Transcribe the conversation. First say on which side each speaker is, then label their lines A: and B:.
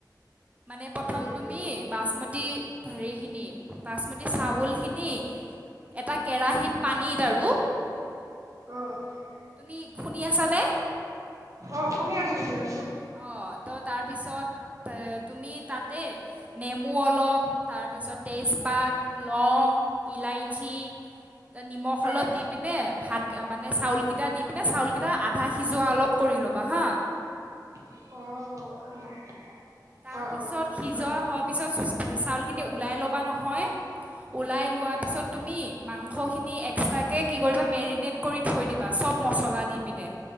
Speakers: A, on the right; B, on the right.
A: মানে প্ৰথম
B: হয় নেকি
A: তুমি
B: অ'
A: বাচমতি হৰি খিনি বাচমতি চাউল খিনি। এটা কেৰাহত পানীত আৰু
B: অ'
A: তুমি শুনি আছা। ম
B: অ' শুনি আছো এতিয়া।
A: অ' ত' তাৰপিছত এ তুমি তাতে নেমু, অলপ তাৰপিছত তেজপাত, লং, ইলাহী। ঠি তাত নিমখ
B: হয়
A: অলপ দি পিনে ভাত মানে চাউলকেইটা দি পিনে চাউলকেইটা আধা সিজোৱা অলপ কৰি ল'বা হা
B: অ'
A: তাৰ
B: অ' অ'
A: পিছত সিজোৱা
B: হয় হয়
A: হোৱাৰ পিছত চাউলখিনি ওলাই ল'বা নহয় ওলাই লোৱা পিছত তুমি। মাংসখিনি এক্সট্ৰাকে কি কৰিবা মেৰিনেট কৰি থৈ দিবা চব মছলা দি পিনে